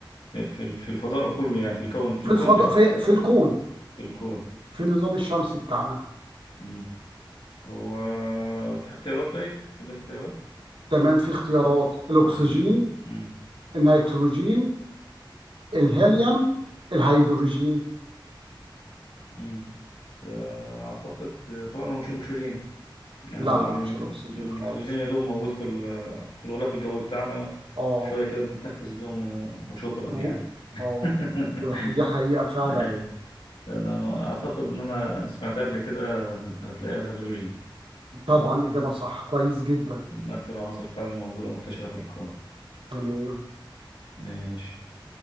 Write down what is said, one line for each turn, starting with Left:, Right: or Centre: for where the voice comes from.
Left: في ال- في الفضاء كله يعني في الكون في
Right: في
Left: الكون
Right: الفضاء
Left: بش
Right: في, في الكون
Left: في الكون
Right: في النظام الشمسي بتاعنا
Left: مم. هو في اختيارات طيب في اختيارات
Right: تمام في اختيارات الاكسجين
Left: ماشي مم.
Right: النيتروجين الهيليوم الهيدروجين
Left: مم. آه، أعتقد طبعا هو مش الأكسجين يعني
Right: لا لا لا مش الاكسجين
Left: الأكسجين
Right: خالص
Left: يا دوب موجود في ال- في الغلاف الجوي بتاعنا
Right: اه
Left: شوية كده بنتنفس بيهم وشكرا يعني
Right: و-
Left: <laughs>
Right: اه ده- دي حقيقة فعلا
Left: أي أنا أعتقد إن أنا سمعتها قبل كده هتلاقي الهيدروجين
Right: طبعا إجابة صح كويس جدا
Left: من أكتر العناصر فعلا موجودة منتشرة في الكون
Right: تمام
Left: ماشي